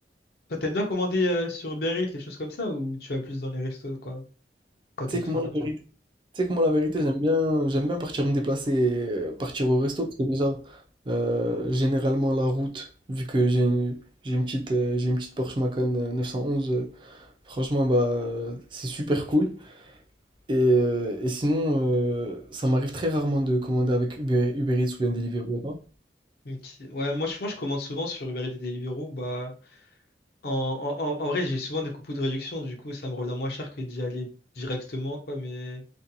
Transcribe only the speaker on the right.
Tu
sais
que
moi,
la vérité,
tu sais que moi, la vérité, j'aime bien, j'aime bien partir me déplacer, et, euh, partir au resto, parce que déjà, euh, généralement, la route, vu que j'ai une, j'ai une petite, euh, j'ai une petite Porsche Macan euh, 911, euh, franchement, bah, euh, c'est super cool. Et, euh, et sinon, euh, ça m'arrive très rarement de commander avec Uber, Uber Eats ou bien Deliveroo.